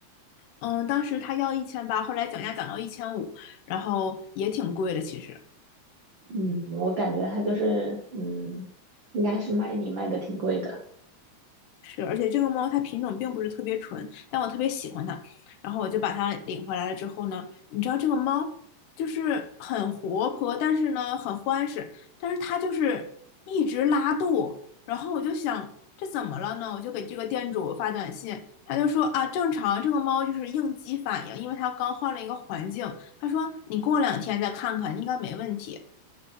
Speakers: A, on the left; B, on the right.
A: 嗯，当时他要一千八，后来讲价讲到一千五，然后也挺贵的，其实。
B: 嗯，我感觉他就是，嗯，应该是卖你卖的挺贵的。
A: 是，而且这个猫它品种并不是特别纯，但我特别喜欢它，然后我就把它领回来了之后呢，你知道这个猫就是很活泼，但是呢很欢实，但是它就是一直拉肚，然后我就想这怎么了呢？我就给这个店主发短信，他就说啊正常，这个猫就是应激反应，因为它刚换了一个环境，他说你过两天再看看，应该没问题。